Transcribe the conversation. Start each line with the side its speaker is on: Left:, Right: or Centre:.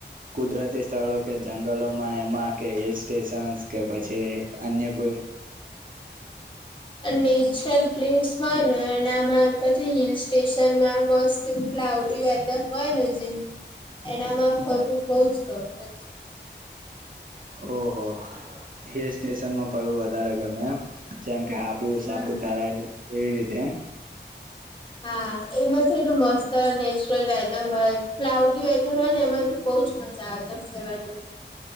Right: કુદરતી સ્થળો કે જંગલોમાં, એમાં કે હિલ સ્ટેશન્સ કે પછી અન્ય કોઈ
Left: નેચરલ પ્લેસ હોય ને, અને આમાં પછી હિલ સ્ટેશનમાં બસ ક્લાઉડી વેધર હોય ને, જે એનામાં ફરવું બહુ જ ગમે.
Right: ઓહો, હિલ સ્ટેશનમાં ફરવું વધારે ગમે એમ, જેમ કે બહુ
Left: હમ
Right: સાપુતારા એવી રીતે એમ
Left: હા, એમાં થી મસ્ત નેચરલ વેધર હોય, ક્લાઉડી વેધર હોય ને, એમાં તો બહુ જ મજા આવી જાય ફરવાની.